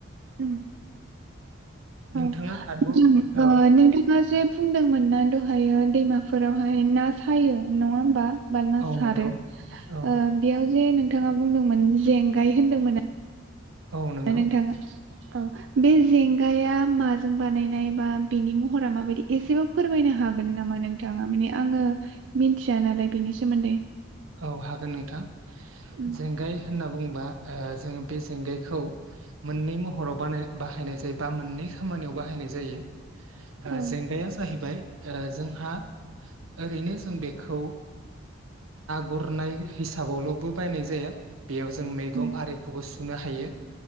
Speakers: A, on the right; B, on the right.
A: उम
B: नोंथाङा
A: औ ओ
B: आरोबाव औ
A: नोंथाङा जे बुंदोंमोन ना दह ओमफायो दैमाफोरावहाय ना सायो नङा होमबा, बा ना
B: औ
A: सारो
B: नंगौ
A: ओ
B: औ
A: बेयाव, जे नोंथाङा बुंदोंमोन जेंगाय होनदोंमोन,
B: औ नंगौ
A: दा नोंथाङा। औ बे जेंगाया माजों बानायनाय बा बेनि महरा माबायदि एसेब फोरमायनो हागोन नामा नोंथाङा माने आङो मिथिया नालाय बेनि सोमोन्दै।
B: औ हागोन नोंथां
A: उम
B: जेंगाय होनना बुङोबा। ओ जों बे जेंगायखौ। मोननै महराव बा बाहायनाय जायो बा मोननै खामानियाव बाहायनाय जायो। ओ
A: औ
B: जेंगाया जाहैबाय। ओ जोंहा ओरैनो। जों बेखौ। गुरनाय हिसाबाव लबो बायनाय जाया बेयाव जों मैगं
A: उम
B: आरिखौबो सुनो हायो।